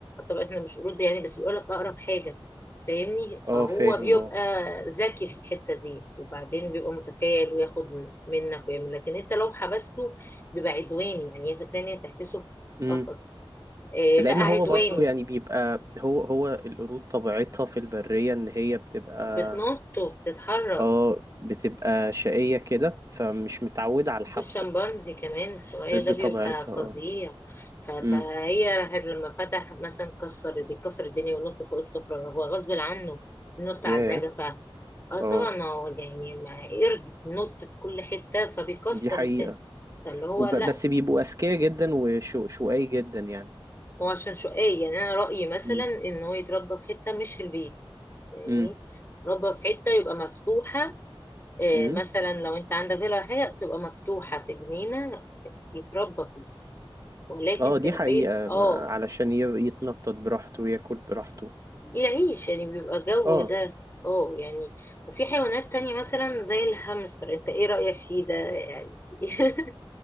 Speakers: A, on the left (about 25°); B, on the right (about 40°).
A: طبعا إحنا مش قرود يعني بس بيقول لك أقرب حاجة فاهمني فهو
B: اه فاهم
A: بيبقى
B: اه
A: ذكي في الحتة دي وبعدين بيبقى متفائل وياخد من- منك ويعمل لكن أنت لو حبسته بيبقى عدواني يعني هي فاكرة إن هي تحبسه في
B: امم
A: قفص آه،
B: لان
A: بقى
B: هو
A: عدواني
B: برضو يعني بيبقى هو هو القرود طبيعتها في البرية ان هي بتبقى
A: بتنط وبتتحرك
B: اه بتبقى شقية كده فمش متعودة على الحبسة
A: والشمبانزي كمان السؤال
B: ضد
A: ده بيبقى
B: طبيعتها
A: فظيع
B: اه
A: ف- فهي
B: امم
A: راحت لما فتح مثلا كسر بيكسر الدنيا وينط فوق السفرة هو غصب عنه ينط على
B: ياه
A: النجفة اه
B: اه
A: طبعا ما هو يعني ما قرد بينط في كل حتة فبيكسر
B: دي حقيقة
A: الدنيا فاللي هو
B: وب...
A: لا
B: بس بيبقوا أذكياء جدا وشقي جدا يعني
A: هو عشان شقاي يعني انا رأيي مثلا
B: امم
A: ان هو يتربى في حتة مش في البيت فاهمني
B: امم
A: ربى في حتة يبقى مفتوحة آه،
B: امم
A: مثلا لو انت عندك فيلا ولا حاجة تبقى مفتوحة في جنينة يتربى فيها ولكن
B: اه
A: في
B: دي
A: البيت
B: حقيقة
A: اه
B: ما- علشان ي- يتنطط براحته وياكل براحته
A: يعيش يعني بيبقى جو
B: اه
A: ده اه يعني وفي حيوانات تانية مثلا زي الهامستر انت ايه رأيك فيه ده يعني <laughs>